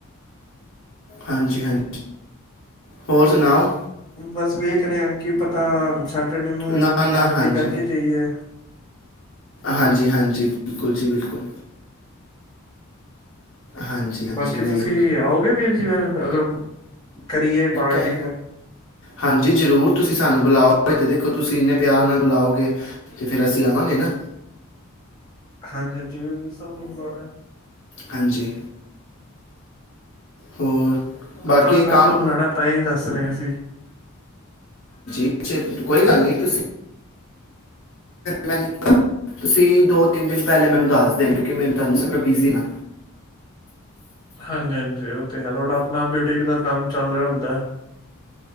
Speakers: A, on the left; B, on the left.
A: ਹਾਂਜੀ ਹਾਂਜੀ ਹੋਰ ਸੁਣਾਓ
B: ਬਸ ਵੇਖ ਰਿਹਾ ਆ ਕੀ ਪਤਾ ਸੈਟਰਡੇ ਨੂੰ
A: ਨਾ ਨਾ
B: ਪਾਰਟੀ
A: ਹਾਂਜੀ
B: ਕਰਕੇ ਜਾਈਏ।
A: ਹਾਂਜੀ ਹਾਂਜੀ ਬਿਲਕੁਲ ਜੀ ਬਿਲਕੁਲ। ਹਾਂਜੀ ਹਾਂਜੀ
B: ਬਾਕੀ
A: ਨਹੀਂ
B: ਤੁਸੀਂ ਆਓਗੇ ਵੀਰ ਜੀ ਫਿਰ ਅਗਰ ਕਰੀਏ ਪਾਰਟੀ
A: ਹੈ
B: ਫਿਰ
A: ਹਾਂਜੀ ਜ਼ਰੂਰ ਤੁਸੀਂ ਸਾਨੂੰ ਬੁਲਾਓ <unintelligible> ਦੇਖੋ ਤੁਸੀਂ ਇੰਨੇ ਪਿਆਰ ਨਾਲ ਬੁਲਾਓਗੇ ਤੇ ਫੇਰ ਅਸੀਂ ਆਵਾਂਗੇ ਨਾ।
B: ਹਾਂਜੀ ਹਾਂਜੀ ਵੀਰ ਜੀ, ਸਭ ਨੂੰ ਬੁਲਾਉਣਾ ਆ।
A: ਹਾਂਜੀ ਹੋਰ ਬਾਕੀ
B: ਆਪਾਂ ਤਾਂ
A: ਇਹ
B: ਸਭ
A: ਕੰਮ
B: ਨੂੰ ਬੁਲਾਣਾ, ਤਾਂ ਹੀ ਦੱਸ ਰਹੇ ਸੀ।
A: ਅੱਛੇ ਕੋਈ ਗੱਲ ਨਹੀਂ, ਤੁਸੀਂ ਮੈਂ ਤੁਸੀਂ ਦੋ ਤਿੰਨ ਦਿਨ ਪਹਿਲੇ ਮੈਨੂੰ ਦੱਸਦੇ ਹੋ, ਕਿਉਂਕਿ ਮੈਨੂੰ ਰੰਗ ਸੰਗ ਬੀਜੀ ਨਾ।
B: ਹਾਂਜੀ ਹਾਂਜੀ ਉਹ ਤੇ ਹੈ, ਤੁਹਾਡਾ ਆਪਣਾ ਐਡੀਟਿੰਗ ਦਾ ਕੰਮ ਚੱਲ ਰਿਹਾ ਹੁੰਦਾ।